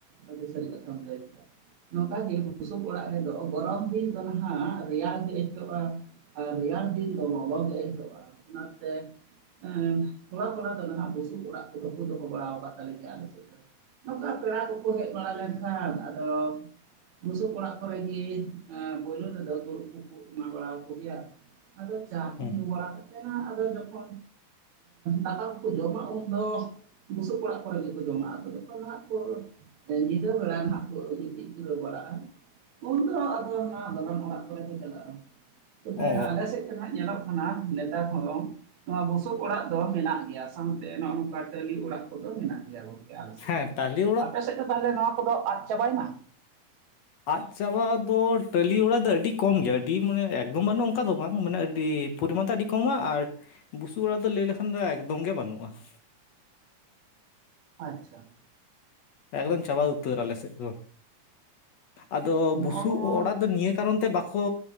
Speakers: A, on the right; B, on the left.
A: ᱟᱹᱰᱤ ᱥᱟᱹᱨᱤ ᱠᱟᱛᱷᱟᱢ ᱞᱟᱹᱭ ᱠᱮᱫᱟ᱾ ᱱᱚᱝᱠᱟ ᱜᱮ ᱵᱩᱥᱩᱵ ᱚᱲᱟᱜ ᱨᱮᱫᱚ ᱜᱚᱨᱚᱢ ᱫᱤᱱ ᱫᱚ ᱱᱟᱦᱟᱜ ᱨᱮᱭᱟᱲ ᱜᱮ ᱟᱹᱭᱠᱟᱹᱜ-ᱟ᱾ ᱟᱨ ᱨᱮᱭᱟᱲ ᱫᱤᱱ ᱫᱚ ᱞᱚᱞᱚᱜ ᱜᱮ ᱟᱹᱭᱠᱟᱹᱜᱼᱟ ᱚᱱᱟᱛᱮ ᱮᱸ ᱛᱷᱚᱲᱟ ᱛᱷᱚᱲᱟ ᱫᱚ ᱱᱟᱦᱟᱸᱜ ᱵᱩᱥᱩᱵ ᱚᱲᱟᱜ ᱠᱚᱫᱚ ᱠᱚ ᱫᱚᱦᱚ ᱵᱟᱲᱟᱟᱣ ᱟᱠᱟᱫ ᱛᱟᱞᱮ ᱜᱮᱭᱟ ᱟᱞᱮ ᱥᱮᱫ ᱫᱚ ᱾ ᱱᱚᱝᱠᱟ ᱯᱮᱲᱟ ᱠᱚᱠᱚ ᱦᱮᱡ ᱵᱟᱲᱟ ᱞᱮᱱᱠᱷᱟᱱ ᱟᱫᱚ ᱵᱩᱥᱩᱵ ᱚᱲᱟᱜ ᱠᱚᱨᱮ ᱜᱤ ᱮᱸ ᱯᱟᱹᱭᱞᱳ ᱨᱮᱫᱚ ᱫᱩᱲᱩᱵ ᱠᱚᱠᱚ ᱮᱢᱟ ᱵᱟᱲᱟ ᱠᱚᱜᱮᱭᱟ, ᱟᱫᱚ ᱪᱟ ᱠᱚ
B: ᱦᱮᱸ
A: ᱧᱩ ᱵᱟᱲᱟ ᱠᱟᱛᱮ ᱦᱟᱸᱜ ᱟᱫᱚ ᱡᱚᱠᱷᱚᱱ ᱫᱟᱠᱟ ᱠᱚᱠᱚ ᱡᱚᱢᱟ ᱩᱱᱫᱚ ᱵᱩᱥᱩᱵ ᱚᱲᱟᱜ ᱠᱚᱨᱮ ᱜᱮᱠᱚ ᱡᱚᱢᱟ, ᱟᱨᱠᱚᱫᱚ ᱦᱟᱸᱜ ᱠᱚ ᱧᱤᱫᱟᱹ ᱵᱮᱲᱟ ᱦᱟᱸᱜ ᱠᱚ ᱜᱤᱛᱤᱡ ᱡᱤᱨᱟᱹᱣ ᱵᱟᱲᱟᱜᱼᱟ ᱾ ᱩᱱ ᱫᱚ ᱟᱫᱚ ᱦᱟᱸᱱᱟ ᱫᱟᱞᱟᱢ ᱚᱲᱟᱜ ᱠᱚᱨᱮ ᱠᱚ ᱪᱟᱞᱟᱜᱼᱟ᱾ ᱛᱚᱵᱮ
B: ᱚ
A: ᱟᱞᱮ ᱥᱮᱫ ᱛᱮ ᱦᱟᱸᱜ ᱧᱮᱞᱚᱜ ᱠᱟᱱᱟ ᱱᱮᱛᱟᱨ ᱦᱚᱸ ᱱᱚᱣᱟ ᱵᱩ ᱵᱩᱥᱩᱵ ᱚᱲᱟᱜ ᱫᱚ ᱢᱮᱱᱟᱜ ᱜᱮᱭᱟ ᱥᱟᱶᱛᱮ ᱱᱚᱸᱜᱼᱚ ᱱᱚᱝᱠᱟ ᱴᱟᱹᱞᱤ ᱚᱲᱟᱜ ᱠᱚᱫᱚ ᱢᱮᱱᱟᱜ ᱜᱮᱭᱟ ᱜᱚᱝᱠᱮ ᱟᱞᱮ ᱥᱮᱫ ᱾
B: ᱮᱸ ᱛᱟᱞᱤ
A: ᱟᱯᱮ ᱥᱮᱫ ᱫᱚ ᱛᱟᱦᱚᱞᱮ ᱱᱚᱣᱟ ᱠᱚᱫᱚ ᱟᱫ ᱪᱟᱵᱟᱭᱱᱟ?
B: ᱟᱫ ᱪᱟᱵᱟ ᱫᱚ ᱴᱟᱹᱞᱤ ᱚᱲᱟᱜ ᱫᱚ ᱟᱹᱰᱤ ᱠᱚᱢ ᱜᱮᱭᱟ ᱟᱹᱰᱤ ᱢᱟᱱᱮ ᱮᱠᱫᱚᱢ ᱵᱟᱱᱩᱜ-ᱟ ᱚᱱᱠᱟ ᱫᱚ ᱵᱟᱝ ᱢᱟᱱᱮ ᱟᱹᱰᱤ ᱯᱚᱨᱤᱢᱟᱱ ᱫᱚ ᱟᱹᱰᱤ ᱠᱚᱢᱟ ᱟᱨ ᱵᱩᱥᱩᱵ ᱚᱲᱟᱜ ᱫᱚ ᱞᱟᱹᱭ ᱞᱮᱠᱷᱟᱱ ᱫᱚ ᱮᱠᱫᱚᱢ ᱜᱮ ᱵᱟᱹᱱᱩᱜᱼᱟ ᱾
A: ᱟᱪᱪᱷᱟ ᱾
B: ᱮᱠᱫᱚᱢ ᱪᱟᱵᱟ ᱩᱛᱟᱹᱨ ᱟᱞᱮ ᱥᱮᱫ ᱫᱚ, ᱟᱫᱚ ᱵᱩᱥᱩᱵ
A: ᱱᱚᱜᱼᱚ ᱱᱚᱣᱟ
B: ᱚᱲᱟᱜ ᱫᱚ ᱱᱤᱭᱟᱹ ᱠᱟᱨᱚᱱ ᱛᱮ ᱵᱟᱠᱚ